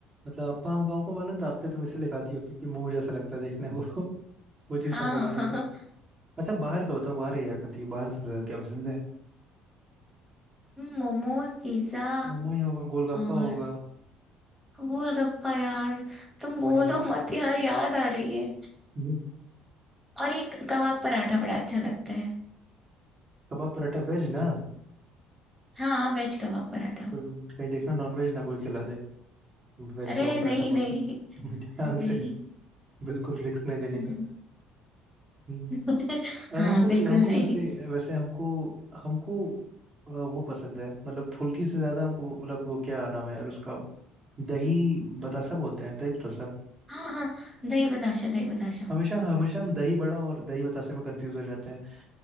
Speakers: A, on the right; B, in the centre.
A: मतलब अप्पा हमको हमको मालूम था अप्पे तुम इसीलिए खाती हो क्योंकि मुंह जैसा लगता है देखने को <laughs> वो चीज
B: हाँ
A: हमको मालूम
B: हाँ
A: थी अच्छा बाहर का बताओ बाहर क्या खाती हो बाहर सबसे ज्यादा क्या पसंद है
B: मोमोज पिज्जा
A: मोमो ही होगा गोलगप्पा
B: और
A: होगा
B: गोलगप्पा यार तुम बोलो
A: महिला
B: मत यार याद आ रही है
A: <laughs>
B: और ये कबाब पराठा बड़ा अच्छा लगता है
A: कबाब पराठा वेज ना
B: हाँ वेज कबाब पराठा
A: कोई- कहीं देखना नॉन वेज ना कोई खिला दे वेज
B: अरे
A: कबाब
B: नहीं
A: पराठा बोल
B: नहीं
A: के <laughs> ध्यान
B: नहीं
A: से बिल्कुल रिस्क नहीं लेने
B: हम्म
A: का हम्म।
B: <laughs> हाँ
A: और हमको
B: बिल्कुल
A: भी हमको
B: नहीं
A: वैसे वैसे हमको हमको अ, वो पसंद है मतलब फुल्की से ज्यादा हमको मतलब वो क्या नाम है यार उसका दही बतासा बोलते हैं दही बतासा
B: हाँ हाँ दही बताशा दही बताशा
A: हमेशा हमेशा हम दही बड़ा और दही बतासे में कंफ्यूज हो जाते हैं